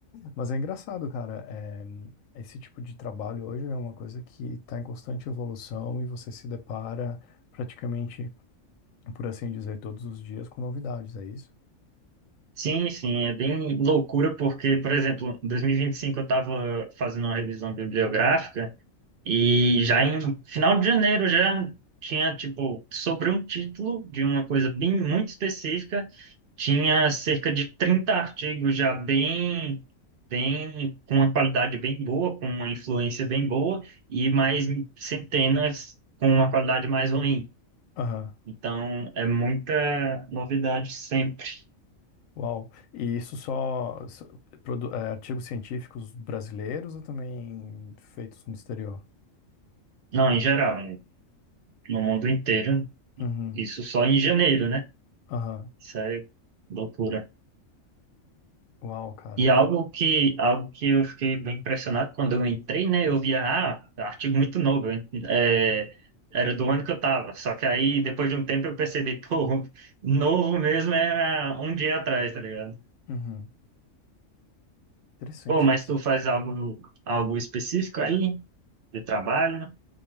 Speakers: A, on the left; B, on the right.
A: Mas é engraçado, cara. eh, esse tipo de trabalho hoje é uma coisa que está em constante evolução e você se depara praticamente, por assim dizer, todos os dias com novidades, é isso?
B: Sim, sim, é bem loucura, porque, por exemplo, em 2025 eu estava fazendo uma revisão bibliográfica. E já em final de janeiro já tinha, tipo, sobre um título de uma coisa bem muito específica, tinha cerca de 30 artigos já bem, bem, com uma qualidade bem boa, com uma influência bem boa, e mais centenas com uma qualidade mais ruim.
A: Aham.
B: Então, é muita novidade sempre.
A: Uau. E isso só, só- produ- eh, artigos científicos brasileiros ou também feitos no exterior?
B: Não, em geral, no mundo inteiro,
A: Uhum.
B: isso só em janeiro, né?
A: Aham.
B: Isso é loucura.
A: Uau, cara.
B: E algo que, algo que eu fiquei bem impressionado quando eu entrei, né? Eu via, ah, artigo muito novo, hein, é, era do ano que eu tava. Só que aí, depois de um tempo, eu percebi, pô, <laughs> novo mesmo é ah, um dia atrás, tá ligado?
A: Uhum. Interessante
B: Pô, mas
A: isso.
B: tu faz algo, algo específico aí, de trabalho?